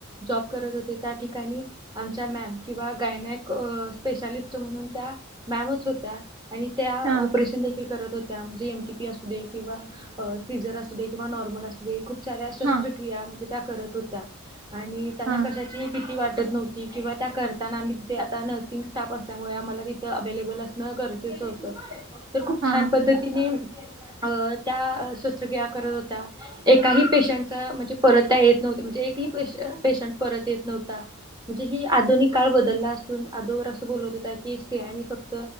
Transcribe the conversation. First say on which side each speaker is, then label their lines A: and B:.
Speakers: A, on the right; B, on the right.
A: जॉब करत होते त्या ठिकाणी, आमच्या मॅम, किंवा काय गायनॅक स्पेशालिस्ट म्हणून त्या मॅमच होत्या, आणि त्या
B: हां
A: ऑपरेशन थे ते करत होत्या, म्हणजे एमटीपी असू दे, किंवा सीझर असू दे, किंवा नॉर्मल असू दे, खूप साऱ्या शस्त्रक्रिया
B: हां
A: म्हणजे त्या करत होत्या, आणि त्यांना
B: हां
A: कशाची ही भिती वाटत नव्हती, किंवा त्या करताना आम्ही तिथे, आता नर्सिंग स्टाफ असल्यामुळे आम्हाला तिथं अवेलेबल असणं गरजेचं होतं, तर खूप
B: हां
A: छान पद्धतीने अ, त्या शस्त्रक्रिया करत होत्या. एकाही पेशंटचा म्हणजे परत त्या येत नव्हतं, म्हणजे एकही पेशंट परत येत नव्हता. म्हणजे ही आधुनिक काळ बदलला असून, अदोगर असं बोलत होत्या की स्त्रियानी फक्त